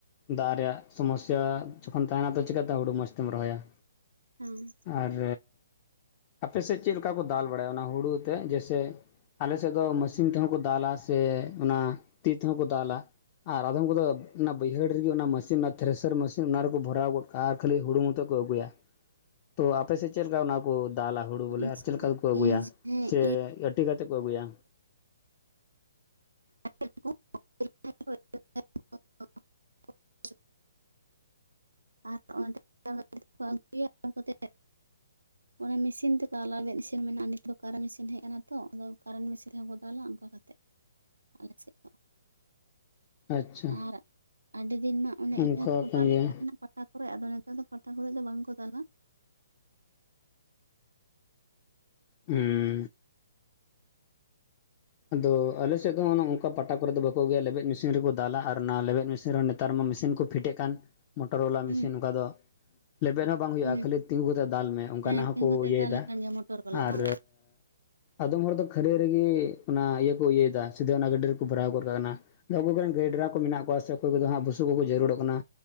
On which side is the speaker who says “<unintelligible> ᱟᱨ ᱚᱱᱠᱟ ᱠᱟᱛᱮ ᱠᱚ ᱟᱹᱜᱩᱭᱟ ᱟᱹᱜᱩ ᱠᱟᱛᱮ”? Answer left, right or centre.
Right